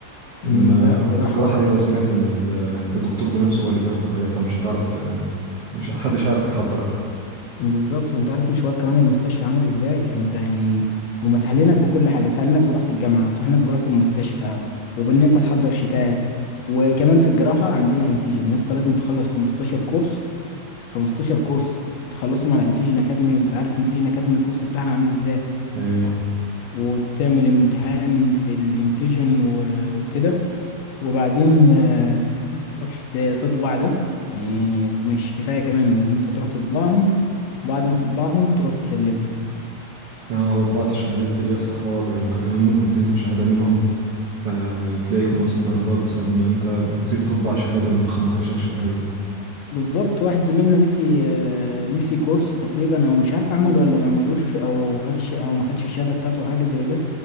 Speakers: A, on the left; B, on the right.
A: <clears throat> مم،
B: انما
A: لا الجراحة
B: في الجراحه ايوه سمعت ان ال- الدكتور بنفسه هو اللي بياخد الغياب فمش هتعرف ت... مش محدش هيعرف يحضرك
A: بالظبط وانت عارف مشوار كمان المستشفى عامل ازاي فانت يعني هما سهلينك بكل حاجة سهلينك بروحة الجامعة وسهلينك بروحة المستشفى وبان انت تحضر شتات وكمان في الجراحة عندنا انسجين يا اسطى لازم تخلص 15 كورس 15 كورس تخلصهم على انسجين اكاديمي وانت عارف انسجين اكاديمي الكورس بتاعها عامل ازاي
B: ايوه
A: وتعمل امتحان في الانسجين و- وكده وبعدين آه، تروح ت- تطبع ده يعني يعني مش كفاية كمان إن انت تروح تطبعهم وبعد ما تطبعهم تروح تسلمهم
B: اه هو طباعه الشهادات
A: ف
B: دي يا اسطى حوار يعني انت كمان ممكن تنسى شهاده منهم فتلاقيك نقصت درجات بسبب ان انت نسيت تطبع شهاده من ال 15 شهاده
A: بالظبط واحد زميلنا نسي آه، نسي كورس تقريبا او مش عارف عمله ولا ما عملوش او خد الش... او ما خدش الشهادة بتاعته او حاجة زي ده